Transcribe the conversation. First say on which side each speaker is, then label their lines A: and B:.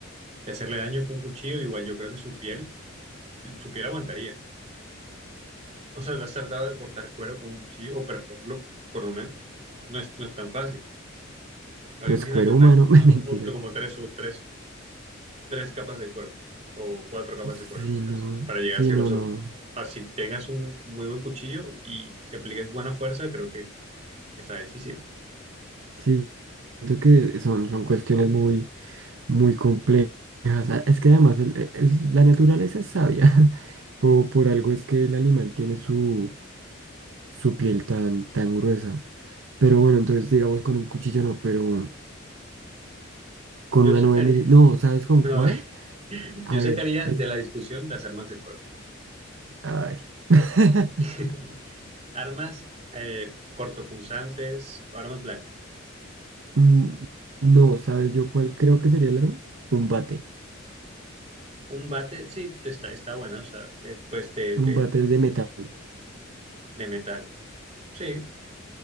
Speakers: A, on the right (about 30°); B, on the right (about 70°).
A: de hacerle daño con un cuchillo, igual yo creo que su piel, su piel aguantaría. O sea, ¿te has tratado de cortar cuero con un cuchillo o perforarlo, por lo menos? No es, no es tan fácil. Ahora
B: pues
A: imagínate
B: cuero
A: una,
B: humano,
A: uno-
B: <laughs> mentira.
A: otro- como tres o tres, tres capas de cuero o cuatro capas
B: Sí,
A: de cuero, imagínate,
B: no,
A: para llegar
B: sí,
A: a ese grosor.
B: no, no.
A: Así tengas un muy buen cuchillo y que apliques buena fuerza, creo que está difícil.
B: Sí, siento que son, son cuestiones muy, muy complejas. Ah, Es que además el- el- el- la naturaleza es sabia. <laughs> Por, por algo es que el animal tiene su, su piel tan, tan gruesa. Pero bueno, entonces digamos con un cuchillo no, pero con
A: Yo
B: una
A: sacaría,
B: nueve mil... No, ¿sabes
A: <laughs>
B: con
A: no,
B: cuál?
A: a ver, <laughs>
B: A
A: yo
B: ver,
A: sacaría
B: es
A: de
B: que...
A: la discusión las armas de fuego.
B: Ay. <laughs>
A: <laughs> Armas eh, cortopunzantes, armas blancas.
B: Mm, No, ¿sabes yo cuál creo que sería el arma? Un bate.
A: Un bate, sí, está, está buena, o sea, eh, pues de, de,
B: Un bate de metal.
A: de metal. Sí,